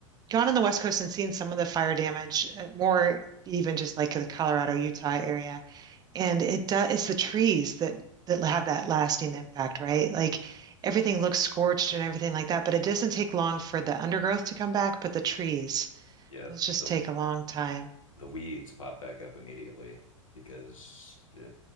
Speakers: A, on the right; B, on the left.
A: gone on the West Coast and seen some of the fire damage, uh, more even just like the Colorado, Utah area. And it does, it's the trees that that have that lasting impact, right? Like everything looks scorched and everything like that, but it doesn't take long for the undergrowth to come back, but the trees,
B: Yeah,
A: those just
B: the,
A: take a long time.
B: the weeds pop back up immediately because uh,